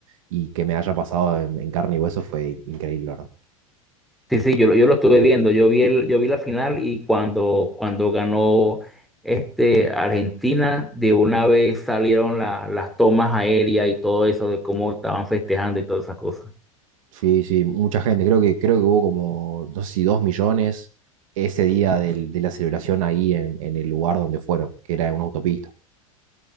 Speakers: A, on the right; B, in the centre.
A: Y que me haya pasado en, en carne y hueso fue increíble, la verdad.
B: Sí, sí, yo, lo- yo lo estuve viendo, yo vi el, yo vi la final y cuando, cuando ganó este Argentina, de una vez salieron la- las tomas aéreas y todo eso de cómo estaban festejando y todas esas cosas.
A: Sí, sí, mucha gente, creo que, creo que hubo como, no sé si dos millones ese día del- de la celebración ahí en, en el lugar donde fueron, que era en una autopista.